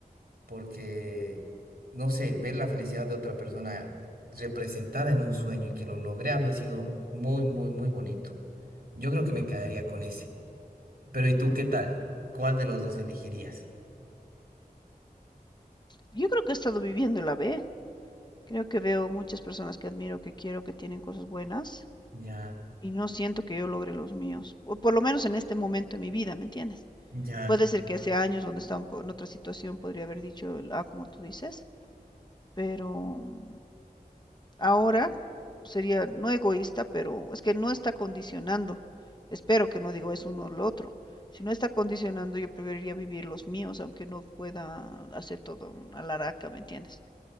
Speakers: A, on the right (about 80°); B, on the left (about 30°).
A: porque no sé, ver la felicidad de otra persona representada en un sueño y que lo logré había sido muy, muy, muy bonito. Yo creo que me quedaría con ese. Pero ¿y tú qué tal? ¿Cuál de los dos elegirías?
B: Yo creo que he estado viviendo la B. Creo que veo muchas personas que admiro, que quiero, que tienen cosas buenas.
A: Ya,
B: y no siento que yo logre los míos, o por lo menos en este momento de mi vida, ¿me entiendes?
A: ya,
B: Puede ser que hace años donde estaba en otra situación podría haber dicho, ah, como tú dices, pero mm, ahora sería no egoísta, pero es que no está condicionando. Espero que no digo es uno o lo otro. Si no está condicionando, yo preferiría vivir los míos, aunque no pueda hacer todo a la araca, ¿me entiendes?